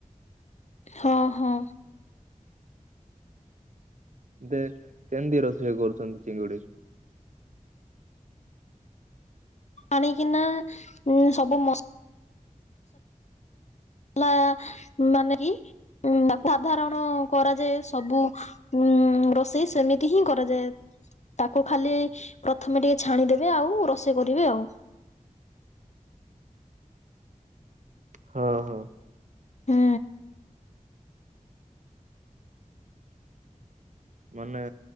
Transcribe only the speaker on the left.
ହଁ, ହଁ।
ଆଣିକିନା ସବୁ ମସ ଲା ମାନେ କି ସାଧାରଣ କରାଯାଏ ସବୁ। ଉଁ ରୋଷେଇ ସେମିତି ହିଁ କରାଯାଏ। ତାକୁ ଖାଲି ପ୍ରଥମେ ଟିକେ ଛାଣିଦେବେ ଆଉ ରୋଷେଇ କରିବେ ଆଉ।
ହୁଁ।